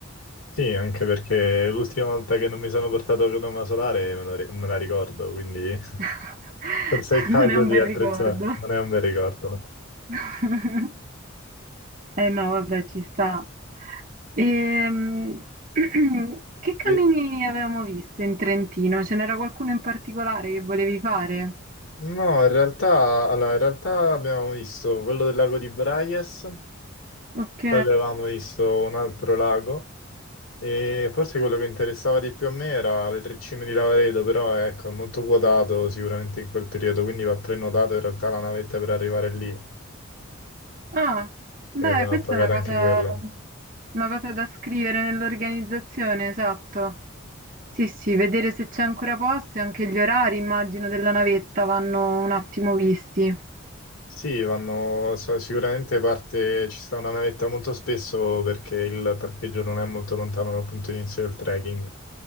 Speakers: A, on the left (about 85°); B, on the right (about 40°).
A: Sì, anche perché l'ultima volta che non mi sono portato la crema solare me la, ri- me la ricordo, quindi...
B: <laughs>
A: Forse è il caso
B: Non è un
A: di
B: bel
A: attrezzare,
B: ricordo.
A: non è un bel ricordo.
B: <laughs> Eh no, vabbè, ci sta. Ehm, <clears throat> che cammini
A: Lì-
B: avevamo visto in Trentino? Ce n'era qualcuno in particolare che volevi fare?
A: No, in realtà, allora, in realtà abbiamo visto quello del lago di Braies,
B: Ok.
A: poi avevamo visto un altro lago e forse quello che interessava di più a me era le tre cime di Lavaredo, però ecco, è molto quotato sicuramente in quel periodo, quindi va prenotato in realtà la navetta per arrivare lì
B: Ah, beh,
A: e va
B: questa
A: pagata
B: è una cosa,
A: anche quello.
B: una cosa da scrivere nell'organizzazione, esatto. Sì, sì, vedere se c'è ancora posto e anche gli orari, immagino, della navetta vanno un attimo visti.
A: Sì, vanno, so- sicuramente parte, ci sta una navetta molto spesso perché il parcheggio non è molto lontano dal punto di inizio del trekking,